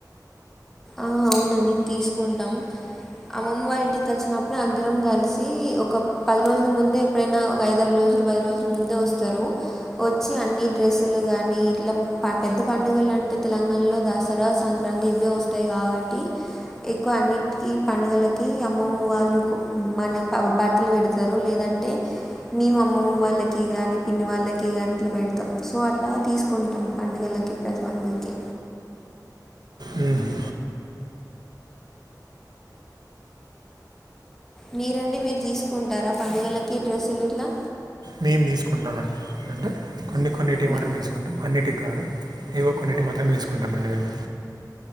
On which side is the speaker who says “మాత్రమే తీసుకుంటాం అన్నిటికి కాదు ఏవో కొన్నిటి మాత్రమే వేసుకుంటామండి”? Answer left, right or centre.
Right